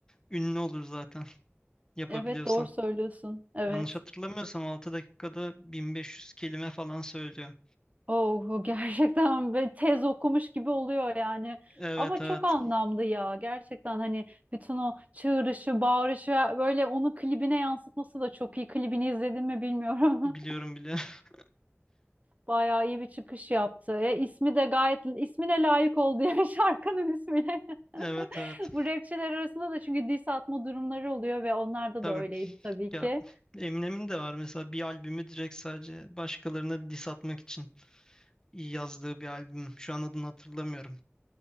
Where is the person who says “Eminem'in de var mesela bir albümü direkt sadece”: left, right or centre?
Left